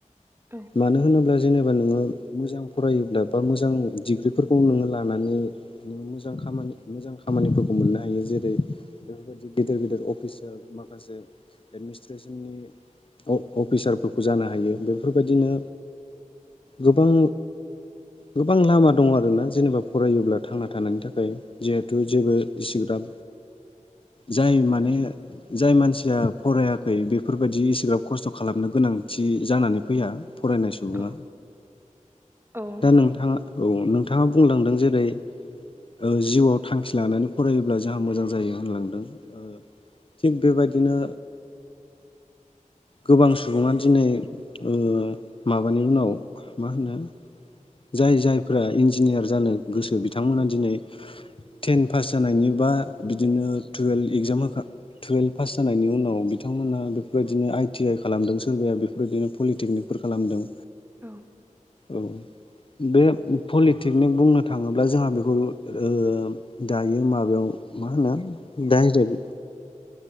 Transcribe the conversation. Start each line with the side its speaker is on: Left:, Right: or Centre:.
Right: औ
Left: मानो होनोब्ला जेनेबा नोङो मोजां फरायोब्ला बा मोजां डिग्रिफोरखौ नोङो लानानै मोजां खामानि मोजां खामानिफोरखौ मोननो हायो जेरै बेफोरबायदि गेदेर गेदेर अफिसार माखासे एडमिनिस्ट्रेसननि अफिसारफोरखौ जानो हायो बे फोरबायदिनो गोबां गोबां लामा दङ आरोना जेनेबा फरायोब्ला थांना थानायनि थाखाय जिहेथु जेबो इसिग्राब जाय माने जाय मानसिया फरायाखै बेफोरबायदि इसिग्राब खस्थ खालामनो गोनांथि जानानै फैया। फरायनाय सुबुङा
Right: औ औ
Left: दा नोंथाङा औ नोंथाङा बुंलांदों जेरै ओ जिउआव थांखि लानानै फरायोब्ला जोंहा मोजां जायो होनलांदों ओ थिग बेबायदिनो गोबां सुबुङा दिनै ओ माबानि उनाव मा होनो जाय जायफ्रा इन्जिनियार जानो गोसो बिथांमोना दिनै टेन पास जानायनि बा बिदिनो टुयेल्भ इगजाम होखा टुयेल्भ पास जानायनि उनाव बिथांमोना बेफोरबायदिनो आइ टि आइ खालामदों सोरबाया बेफोरबायदिनो पलिटेकनिकफोर खालामदों।
Right: औ।
Left: औ। बे पलिटेकनिक बुंनो थाङोब्ला जोंहा बेखौ ओ दायो माबायाव मा होनो डाइरेक्ट।